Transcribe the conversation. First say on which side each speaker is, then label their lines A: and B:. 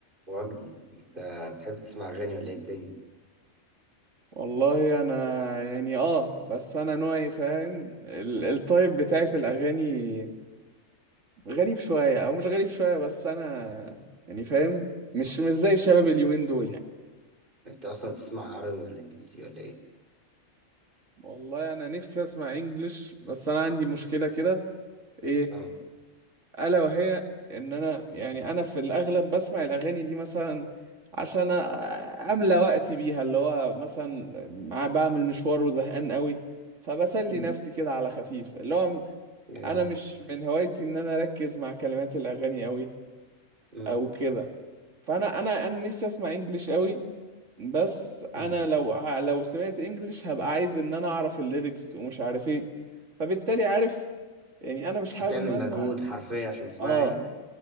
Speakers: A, on the right; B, on the right.
A: وجدي انت بتحب تسمع اغاني ولا ايه الدنيا
B: والله انا يعني اه بس انا نوعي فاهم ال- التايب بتاعي في الاغاني غريب شويه او مش غريب شويه بس انا يعني فاهم مش مش زي شباب اليومين دول يعني
A: انت اصلا بتسمع عربي ولا انجليزي ولا ايه
B: والله انا نفسي اسمع انجلش بس انا عندي مشكله كده ايه
A: اه
B: الا وهي ان انا يعني انا في الاغلب بسمع الاغاني دي مثلا عشان أ- املى وقتي بيها اللي هو مثلا مع- بعمل مشوار وزهقان قوي فبسلي
A: امم
B: نفسي كده على خفيف اللي هو
A: جميل
B: انا مش من هوايتي ان انا اركز مع كلمات الاغاني قوي
A: امم
B: او كده فانا انا انا نفسي اسمع انجليش قوي بس انا
A: امم
B: لو ع- لو سمعت انجليش هبقى عايز ان انا اعرف الليركس ومش عارف ايه فبالتالي عارف يعني انا مش حابب
A: هتعمل
B: ان انا اسمع
A: مجهود حرفيا عشان تسمعها
B: اه
A: يعني